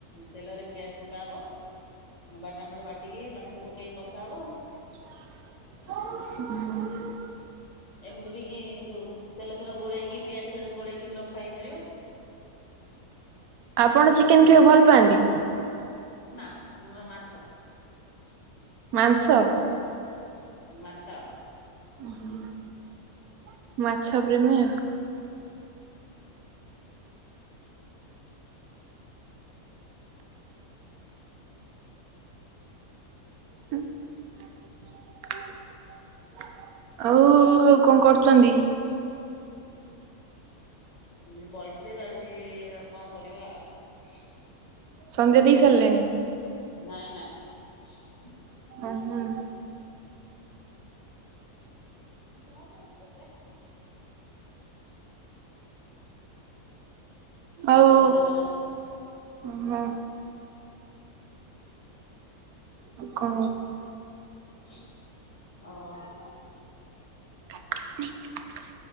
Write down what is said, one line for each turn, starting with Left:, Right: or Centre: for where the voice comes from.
Left: ତେଲରେ ପିଆଜ ପକାହବ। ବାଟଣ ଫାଟଣ ବାଟିକି ମାଂସ ପକେଇକି କଷା ହବ ଆଉ।
Right: ହୁଁ।
Left: ଏମିତି ବି କି ଯୋଉ ତେଲ ଫେଲ ଗୋଳେଇକି ପିଆଜ ଫିଆଜ ଗୋଳେଇକି ବି ରଖା ହେଇ ପାରିବ।
Right: ଆପଣ ଚିକେନ ଖଇବାକୁ ଭଲ୍ ପାଆନ୍ତି?
Left: ନା ମୋର ମାଛ।
Right: ମାଂସ
Left: ମାଛ
Right: ଓହୋ ମାଛ ପ୍ରେମୀ ଆଉ। ହଁ <unintelligible> ଆଉ କଁ କରୁଚନ୍ତି
Left: ଏମିତି ବଇଥିଲି ଯାଉଛି କଁ କରିବା ଆଉ।
Right: ସନ୍ଧ୍ୟା ଦେଇ ସାରିଲେଣି?
Left: ନାଇଁ ନାଇଁ।
Right: ଅ ହୁଁ।
Left: ଵ ଟା ପିଲା।
Right: ଆଉ
Left: ସଞ୍ଜ ଦେବା ଯାଉଛି
Right: ଓ ହୋ କଁ
Left: ଆଉ
Right: କାଟିବନି କାଟିବନି